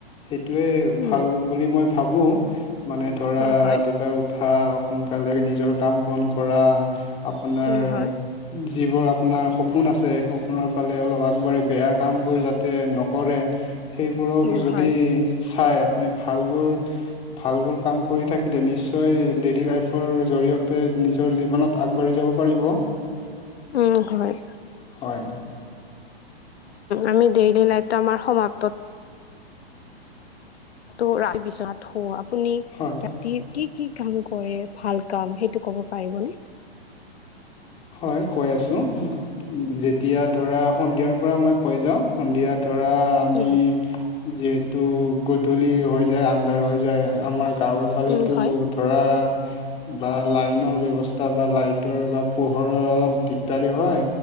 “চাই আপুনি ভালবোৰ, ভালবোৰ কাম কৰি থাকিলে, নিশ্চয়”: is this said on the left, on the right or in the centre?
Left